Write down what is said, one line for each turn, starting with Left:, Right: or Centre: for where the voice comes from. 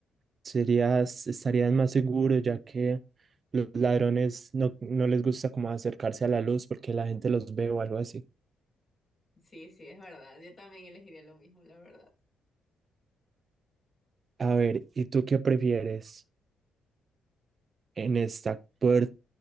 Right: serías, estarías más seguro, ya que los ladrones no, no les gusta como acercarse a la luz porque la gente los ve o algo así.
Left: Sí, sí, es verdad. Yo también elegiría lo mismo, la verdad.
Right: A ver, ¿y tú qué prefieres en esta? ¿Poder